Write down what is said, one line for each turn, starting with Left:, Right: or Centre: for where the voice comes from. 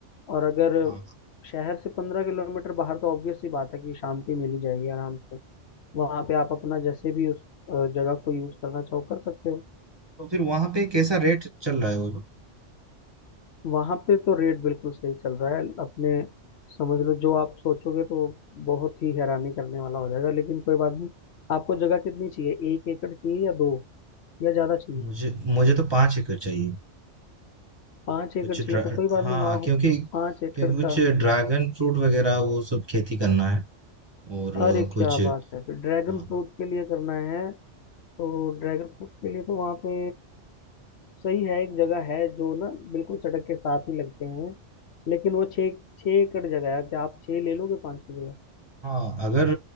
Left: और अगर
Right: हाँ,
Left: शहर से पंद्रह किलोमीटर बाहर तो ऑब्वियस सी बात है कि शांति मिल ही जाएगी आराम से वहां पे आप अपना जैसे भी उस अ, जगह को यूज करना चाहो कर सकते हो
Right: तो फिर वहां पे कैसा रेट चल रहा है वो
Left: वहां पे तो रेट बिल्कुल सही चल रहा है अपने समझ लो जो आप सोचोगे तो बहुत ही हैरानी करने वाला हो जाएगा लेकिन कोई बात नहीं आपको जगह कितनी चाहिए एक एकड़ चाहिए या दो या ज्यादा चाहिए
Right: मुझे मुझे तो पांच एकड़ चाहिए
Left: पाँच एकड़
Right: कुछ
Left: चाहिए
Right: ड्रा
Left: तो कोई बात
Right: हाँ
Left: नहीं वहाँ
Right: क्योंकि
Left: पाँच एकड़
Right: क्योंकि कुछ
Left: का
Right: ड्रैगन फ्रूट वगैरह वो सब खेती करना है और अ,
Left: अरे
Right: कुछ
Left: क्या बात है फिर ड्रैगन
Right: हाँ
Left: फ्रूट के लिए करना है तो ड्रैगन फ्रूट के लिए तो वहाँ पे सही है एक जगह है जो ना बिल्कुल सड़क के साथ ही लगते हैं लेकिन वो छः छः एकड़ जगह है क्या आप छः ले लोगे पाँच की जगह
Right: हाँ अगर